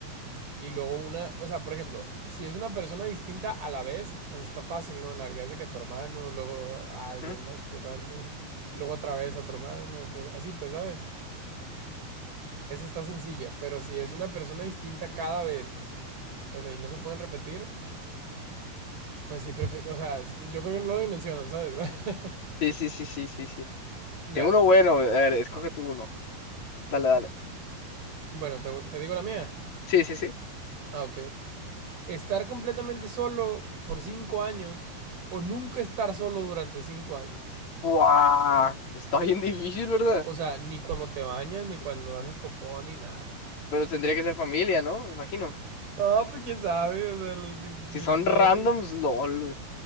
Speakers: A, on the right; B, on the left.
A: Y luego una, o sea, por ejemplo, si es una persona distinta a la vez, pues está fácil, ¿no? Nalgas de que a tu hermano, luego a alguien
B: ¿Mm?
A: así random, luego otra vez a tu hermano, pues así, pues, ¿sabes? Esa está sencilla, pero si es una persona distinta cada vez, o sea, y no se pueden repetir, pues sí, prefiero, o sea, yo creo que no lo dimensionan, ¿sabes? <laughs>
B: Sí, sí, sí, sí, sí, sí.
A: ya.
B: Tengo uno bueno, a ver, escoge tú uno. Dale, dale.
A: Bueno, te, te digo la mía.
B: Sí, sí, sí.
A: Ah, ok. Estar completamente solo por cinco años o nunca estar solo durante cinco años.
B: ¡Buah! Está bien difícil, ¿verdad?
A: O sea, ni cuando te bañas, ni cuando haces popó, ni nada.
B: Pero tendría que ser familia, ¿no? Me Imagino.
A: No, pues quién sabe, o sea, el que- quien
B: Si son
A: tú quieras.
B: randoms, lol.